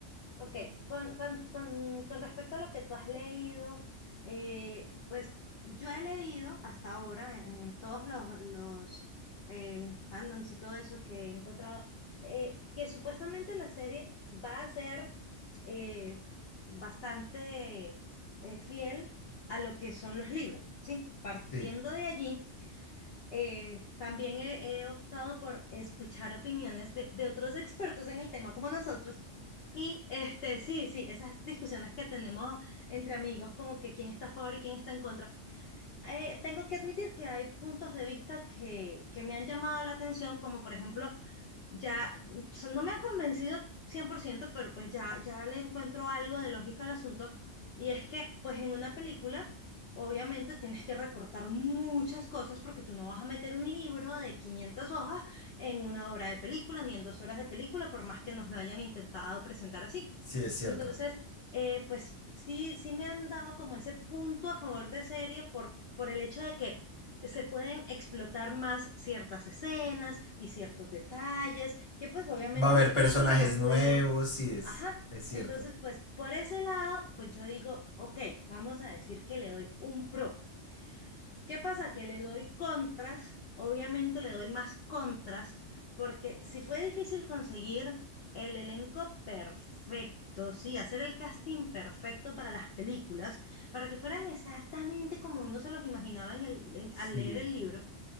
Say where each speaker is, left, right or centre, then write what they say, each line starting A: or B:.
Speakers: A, on the left; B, on the left.
A: Ok, con, con- con- con respecto a lo que tú has leído, eh, pues yo he leído hasta ahora en, en todos los, los eh, fandoms y todo eso que he encontrado, eh, que supuestamente la serie va a ser eh, bastante eh, fiel a lo que son los libros, ¿sí? Partiendo
B: Sí,
A: de allí eh, también he, he optado por escuchar opiniones de, de otros expertos en el tema como nosotros. Y este, sí, sí, esas discusiones que tenemos entre amigos, como que quién está a favor y quién está en contra. Eh, tengo que admitir que hay puntos de vista que, que me han llamado la atención, como por ejemplo ya, o sea, no me han convencido 100%, pero pues ya, ya le encuentro algo de lógica al asunto. Y es que, pues en una película, obviamente tienes que recortar muchas cosas porque tú no vas a meter un libro de 500 hojas en una hora de película, ni en dos horas de película, por más que nos lo hayan intentado presentar así.
B: sí es cierto.
A: Entonces, eh, pues sí, sí me han dado como ese punto a favor de serie por, por el hecho de que se pueden explotar más ciertas escenas y ciertos detalles que pues obviamente
B: Va a haber
A: en las películas
B: personajes
A: no pudieron.
B: nuevos, sí es,
A: Ajá.
B: es cierto.
A: Entonces, pues por ese lado, pues yo digo, ok, vamos a decir que le doy un pro. ¿Qué pasa? Que le doy contras, obviamente le doy más contras, porque si fue difícil conseguir el elenco perfecto, sí, hacer el casting perfecto para las películas, para que fueran exactamente como uno se los imaginaba en el, en-
B: Sí.
A: al leer el libro,